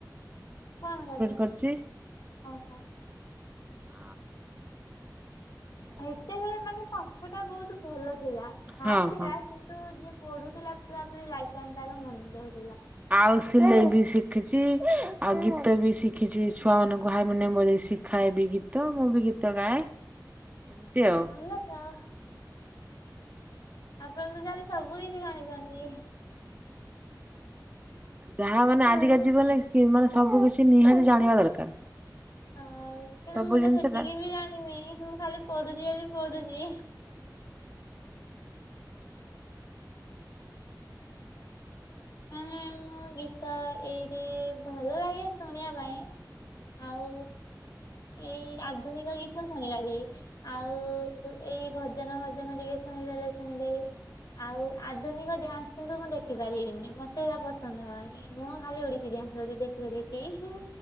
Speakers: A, on the left; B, on the right.
A: କଣ କରିଚନ୍ତି?
B: କରିଛି।
A: ଓହୋ।
B: ହ
A: ସେତେବେଳେ ମାନେ ପାଠ ଟା ବହୁତ ଭଲ ଥିଲା। ହାର୍ଡ
B: ହଁ
A: ଥିଲା
B: ହଁ।
A: କି ନ୍ତୁ ଯିଏ ପଢୁଥିଲା ପୁରାପୁରୀ ଲାଇଫ ଟାଇମ ତାର ମନେ ରହୁ
B: ଆଉ ସିଲେଇବି ସି ଖିଚି ଆଉ ଗୀତ ବି ଶିଖିଚି ଛୁଆ ମାନଙ୍କୁ ହାରମୋନିଅମ ବଜେଇ ଶିଖାଏ ବି ଗୀ ତ ମୁଁ ବି ଗୀତ ଗାଏ। ଏମିତି ଆଉ
A: ଭଲ ତ। ଆପଣ ତ ତାହେଲେ ସବୁ କିଛି ଜାଣିଚନ୍ତି।
B: ଯାହା ମାନେ ଆଜିକା ଜୀବନ ମାନେ ସବୁ କିଛି ନିହାତି ଜାଣିବା ଦରକାର।
A: ହଁ କିନ୍ତୁ
B: ସବୁ
A: ମୁଁ
B: ଜିନିଷ
A: ତ ସେତିକି
B: ଟା
A: ବି ଜାଣିନି ମୁଁ ଖାଲି ପଢୁଚି ବୋଲି ପଢୁଚି। ମାନେ ମୋ ଗୀତ ଏଇରେ ଭଲ ଲାଗେ ଶୁଣିବା ପାଇଁ ଆଉ ଏଇ ଆଧୁନିକ ଗୀତ ଶୁଣିବାରି ଆଉ ଏଇ ଭଜନ ଭଜନ ଟିକେ ଶୁଣିଦେଲେ ଶୁଣିଦେବି ଆଉ ଆଧୁନିକ ଡ୍ୟାନ୍ସ କିନ୍ତୁ ମୁଁ ଦେଖିପାରିବିନି। ମତେ ଏରା ପସନ୍ଦ ନୁହଁ ନି ମୁଁ ଖାଲି ଓଡ଼ିଶୀ ଡ୍ୟାନ୍ସ ଯଦି ଦେଖିଲେ ଦେଖିବି